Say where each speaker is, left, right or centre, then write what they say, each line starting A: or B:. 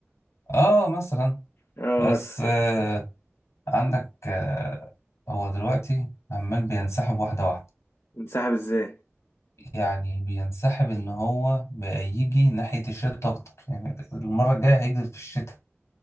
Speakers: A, on the left; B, on the left.
A: آه مثلا
B: اه
A: بس
B: مثلا
A: آه عندك آه هو دلوقتي عمال بينسحب واحدة واحدة
B: انسحب ازاي
A: يعني بينسحب ان هو بقى يجي ناحية الشتاء اكتر يعني المرة الجاية هيجي في الشتاء